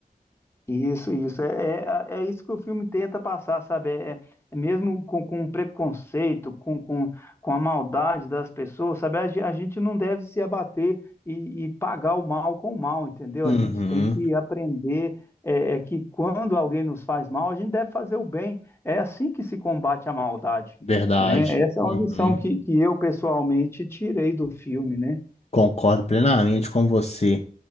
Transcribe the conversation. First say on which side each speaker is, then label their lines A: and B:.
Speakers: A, on the left; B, on the left.
A: Isso, isso. É, é, é isso que o filme tenta passar, sabe? É, é mesmo com, com o preconceito, com, com, com a maldade das pessoas, sabe? A, ge- a gente não deve se abater e, e pagar o mal com o mal, entendeu?
B: Uhum,
A: A gente tem que aprender é, é que quando alguém nos faz mal, a gente deve fazer o bem. É assim que se combate a maldade,
B: verdade.
A: né? Essa é
B: Uhum.
A: uma lição que, que eu pessoalmente tirei do filme, né?
B: Concordo plenamente com você.